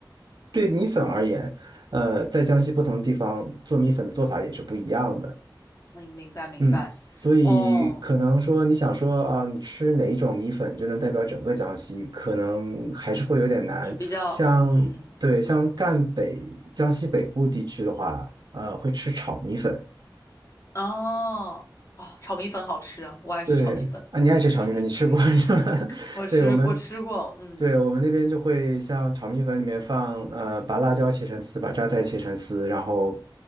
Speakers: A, on the right; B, on the left.
A: 对米粉而言，呃，在江西不同的地方做米粉的做法也是不一样的。
B: 明明白明白，
A: 嗯，所以可能说你想说啊，
B: 哦，
A: 你吃哪一种米粉就能代表整个江西，可能还是会有点难。
B: 很比较，
A: 像对，
B: 嗯，
A: 像赣北、江西北部地区的话，呃，会吃炒米粉。
B: 哦哦，炒米粉好吃啊，我爱吃炒米粉，
A: 对啊，你爱吃炒米粉，
B: <laughs>
A: 你吃过 <laughs> 是吧？<laughs>
B: 我吃我吃过，
A: 对我们，
B: 嗯。
A: 对我们那边就会像炒米粉里面放呃，把辣椒切成丝，把榨菜切成丝，然后